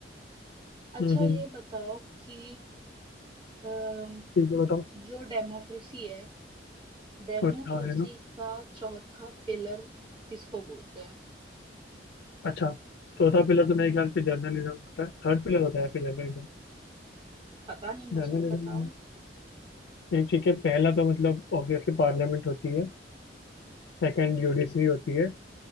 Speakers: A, on the right (about 25°); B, on the left (about 80°).
A: अच्छा
B: हम्म
A: ये
B: हम्म,
A: बताओ कि अम,
B: ठीक है बताओ
A: जो डेमोक्रेसी है डेमोक्रेसी
B: चौथा है ना
A: का चौथा पिलर किसको बोलते हैं
B: अच्छा चौथा पिलर तो मेरे ख्याल से जर्नलिज्म होता है थर्ड पिलर होता है फिर जर्नलिज्म
A: पता नहीं मुझे
B: जर्नलिज्म
A: बताओ
B: एक ठीक है पहला तो मतलब ऑब्वियसली पार्लियामेंट होती है सेकंड यूडीसी होती है